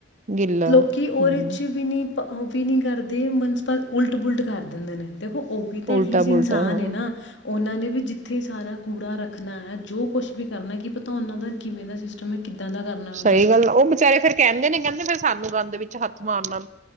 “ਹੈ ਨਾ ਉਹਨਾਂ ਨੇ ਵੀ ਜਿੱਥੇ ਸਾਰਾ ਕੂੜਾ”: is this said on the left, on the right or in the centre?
Left